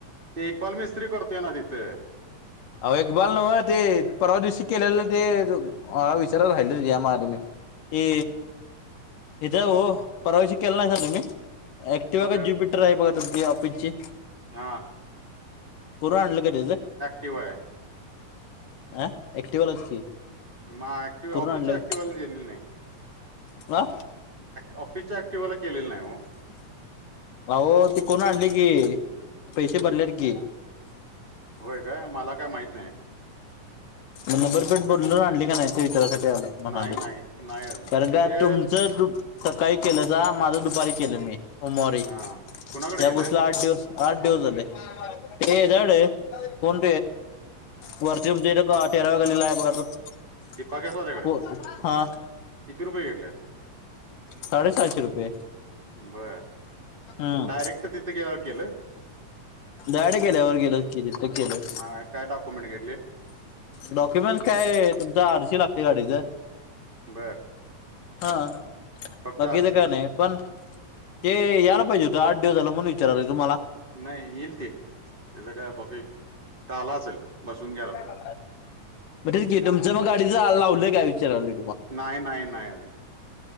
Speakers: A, on the right; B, on the left.
A: ते इक्बाल मिस्त्री करतोय ना तिथे
B: अ एक बाल नव ते परवा दिवशी केलेलं ते विचारला राहिलं या म आ म ते हचा हो परवाश केला नाही स तुम्ही ऍक्टिव
A: कुठं
B: आहे का ज्युपिटर आहे बघा तुमची ऑफिस ची
A: हा.
B: करून आणलं का त्याचं
A: किवाय आहे.
B: अह एकट बज की
A: माऍक्टव्ह
B: करून
A: अफिसच
B: आणलं
A: ऍक्टव्ह आलीेली ना नाही
B: ह
A: ऑफिसच्या ऍक्टिव्हला केलेलं नाही हो
B: अह ते कोण आणली कि पैसे भरलेत की.
A: होय काय मला काय माहित नाही.
B: नंबर
A: कारण
B: प्लेट
A: का
B: बोलून आणली का नाही ते विचारासाठी आलंय म्हणालेय.
A: नाही नाही नाही अजून
B: कार का
A: ते
B: तुमचं तु सकाळी केलं जा माझं दुपारी केलं मी सोमवारी
A: हा कुणाकडे
B: त्या
A: गेले
B: गोष्टला आठ दिवस आठ दिवस झाले ते झाड कोण वरती म्हणजेत का तेराव्या गलीला आहे बघा त
A: दीपा गॅसवाल्याकडे
B: <inaudible> बोल हा.
A: किती रुपये घेतले
B: साडेसातशे रुपये.
A: बर
B: हम्म
A: डायरेक्ट तिथं गेल्यावर केलं
B: दाड केलं एर गेलं केली तर केलं.
A: मग काय डॉक्युमेंट घेतले
B: डॉक्युमेंट काय तुमचा आरशी लागते गाडीच.
A: बर
B: हा
A: फक्त
B: बघकीच
A: आरसीच
B: का नाही पण ते याला पाहिजे होतं आठ दिवसाला मण विचारालं तुम्हाला.
A: नाही येईल ते त्याच काय बघूल आता आला असेल बसून ग्यायला पाहिजे.
B: <inaudible> मग तेच तुमच्या मग गाडी जा लावलंय काय विचारा लोय.
A: नाही नाही नाही अजून.